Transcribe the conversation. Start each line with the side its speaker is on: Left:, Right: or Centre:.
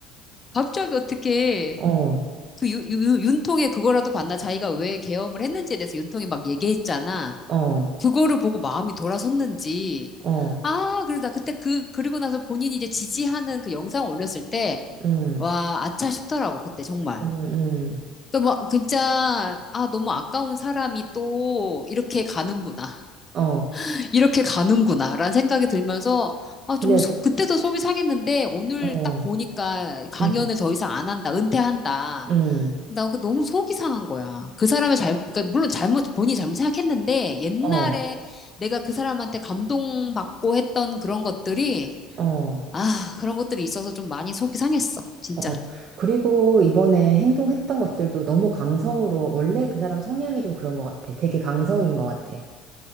Left: 갑자기 어떻게
Right: 어,
Left: 그 유, 유, 윤통에 그거라도 봤나? 자기가 왜 계엄을 했는지에 대해서 윤통이 막 얘기했잖아.
Right: 어.
Left: 그거를 보고 마음이 돌아섰는지.
Right: 어,
Left: 아, 그래서 나 그때 그, 그리고 나서 본인이 이제 지지하는 그 영상을 올렸을 때,
Right: 음,
Left: 와, 아차 싶더라고, 그때 정말.
Right: 음,
Left: 또 막, 진짜, 아, 너무 아까운 사람이 또 이렇게 가는구나.
Right: 음, 어.
Left: <laughs> 이렇게 가는구나. 라는 생각이 들면서, 아, 좀,
Right: 근데,
Left: 속- 그때도 속이 상했는데, 오늘
Right: 어,
Left: 딱 보니까 강연을
Right: 음,
Left: 더 이상 안 한다. 은퇴한다.
Right: 음,
Left: 나 그 너무 속이 상한 거야. 그 사람의 잘, 그러니까 물론 잘못, 본인이 잘못 생각했는데 옛날에
Right: 어,
Left: 내가 그 사람한테 감동받고 했던 그런 것들이,
Right: 어,
Left: 아, 그런 것들이 있어서 좀 많이 속이 상했어. 진짜.
Right: 어. 그리고 이번에 행동했던 것들도 너무 강성으로, 원래 그 사람 성향이 좀 그런 것 같아. 되게 강성인 것 같아.